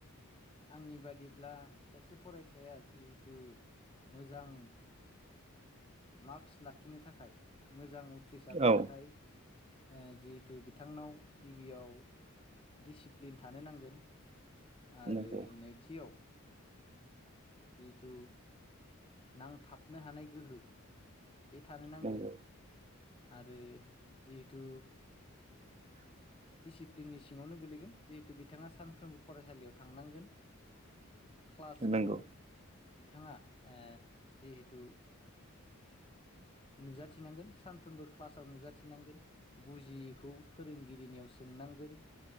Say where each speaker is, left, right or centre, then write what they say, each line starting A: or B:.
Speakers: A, on the left; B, on the right.
A: आंनि बादिब्ला सासे फरायसाया जिहेथु मोजां मार्क्स लाखिनो थाखाय मोजां उथ्रिसारनो
B: औ
A: थाखाय ओ जिहेथु बिथांनाव गिबियाव डिसिप्लिन थानो नांगोन। आरो
B: नंगौ
A: नैथियाव - जिहेथु नांथाबनो हानाय गोहो बे थानो नांगोन
B: नंगौ
A: आरो जिहेथु
B: <inaudible>
A: डिसिप्लिननि सिङावनो गोलैगोन जिहेथु बिथाङा सानफ्रोमबो फरायसालियाव थांनांगोन। क्लासखौ
B: नंगौ
A: बिथाङा ओ जिहेथु नुजाथिनांगोन सानफ्रोमबो क्लासाव नुजाथिनांगोन बुजियैखौ फोरोंगिरिनियाव सों नांगोन